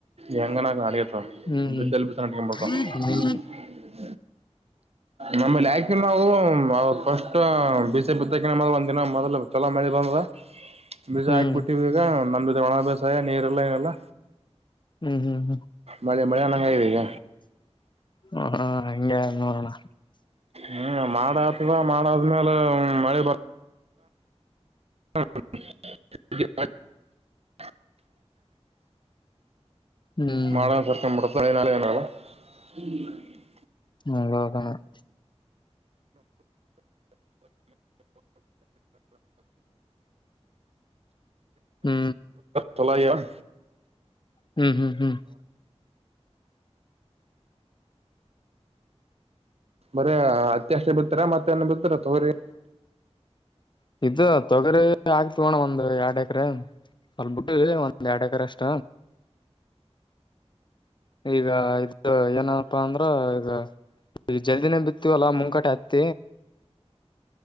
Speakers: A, on the right; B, on the left.
A: ಹೆಂಗನಾಗ ಅಡ
B: ಹ್ಮ್
A: ಲ್ಲಿ ಟ ಮಾಡಡ್ತ <unintelligible>
B: ಹ್ಮ್
A: ನಮ ಯಾಕಿ ನಾವು ಅವತ್ ಫಸ್ಟ್ ಬಿಸ ಬಿತ್ತಕ ನಮ್ಮ ಒ ದಿನ ಮೊದಲು ಚಲೋ ಮಳೆ ಬಂದುದು ಬೀಜ
B: ಹ್ಮ್
A: ಆಗ್ಬಿಟ್ಟಿವ ಈಗ ನಮ ಒಣ ಅಭ್ಯಾಸಾಯ ನೀರೆಲ್ಲ ಏನಲ್ಲ
B: ಹ್ಮ್ ಹ್ಮ್ ಹ್ಮ್
A: ಮಳೆ ಮಳೆನ್ನಂಗ ಇದೆ ಈಗ
B: ಹ ಹಾ ಹಂಗ ಅದ ನೋಡಣ್
A: ಹ್ಮ್ ಮಾಡ ಆತದ ಮಾಡಾದ್ಮೇಲೆ ಮಳೆ ಬರ್ ಹಾ ಇ <unintelligible>
B: ಹ್ಮ್
A: ಮಾಡಳೆ ಸರ್ಕ ಮಟ್ಟ ತಳಿನಳ ಏನಳ <unintelligible>
B: ಹಗಕ <unintelligible> ಹ್ಮ್
A: ಚಲೋ ಆಗ್ಯಾವ್
B: ಹ್ಮ್ ಹ್ಮ್ ಹ್ಮ್
A: ಬರ ಹತ್ತಿ ಅಷ್ಟೇ ಬಿತೆರೆ ಮತ್ತ್ಯಾಹನ ಬಿತ್ತಾರ ತೊಗರಿ
B: ಇದು ತೊಗರಿ ಆಗ್ತವೋಣ ಒಂದ್ ಎರಡ್ ಎಕರೆ ಸ್ವಲ್ ಬಿಟ್ಟ ಒಂದ್ ಎರಡ್ ಎಕರೆ ಅಷ್ಟ ಈಗ ಇದ ಏನಪ್ಪಾ ಅಂದ್ರ ಈಗ ಈಗ ಜಲ್ದಿನೇ ಬಿತ್ತವಲ್ಲಾ ಮುಂಕಟಿ ಹತ್ತ